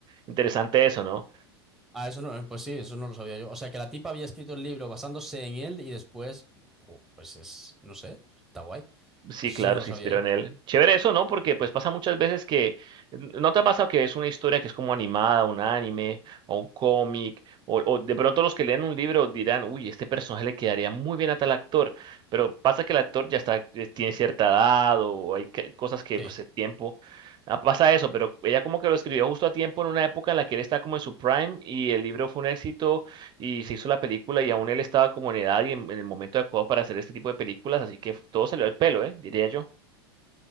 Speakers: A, on the right (about 35°); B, in the centre.
A: interesante eso, ¿no?
B: Ah, eso no, pues sí, eso no lo sabía yo. O sea, que la tipa había escrito el libro basándose en él y después, jo, pues es, no sé, está guay.
A: Sí,
B: Eso
A: claro,
B: sí que no
A: se
B: lo sabía
A: inspiró
B: yo.
A: en él. Chévere eso, ¿no? Porque pues pasa muchas veces que, ¿no te ha pasado que es una historia que es como animada, un anime, o un cómic, o, o de pronto los que leen un libro dirán, uy, este personaje le quedaría muy bien a tal actor, pero pasa que el actor ya está, eh, tiene cierta edad, o hay que- cosas que
B: Sí,
A: pues el tiempo, ah, pasa eso, pero ella como que lo escribió justo a tiempo en una época en la que él está como en su prime y el libro fue un éxito y se hizo la película y aún él estaba como en edad y en, en el momento adecuado para hacer este tipo de películas, así que todo salió al pelo, ¿eh? Diría yo.